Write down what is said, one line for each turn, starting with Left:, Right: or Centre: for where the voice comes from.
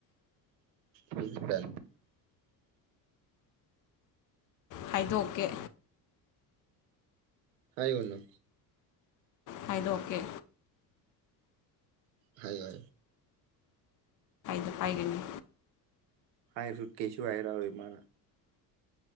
Right: ꯍ ꯆ
Left: ꯈꯥꯏꯗꯣꯛꯀꯦ
Right: ꯍꯥꯏꯒꯅꯣ
Left: ꯍꯥꯏꯗꯣ ꯑꯣꯀꯦ
Right: ꯍꯥꯏ ꯍ
Left: ꯗ ꯄꯥꯏꯒꯅꯤ
Right: ꯍꯥꯏꯔ ꯐꯨꯠ ꯀꯦꯁꯨ ꯍꯥꯏꯔꯥꯎꯑꯣ ꯏ ꯃꯥꯅ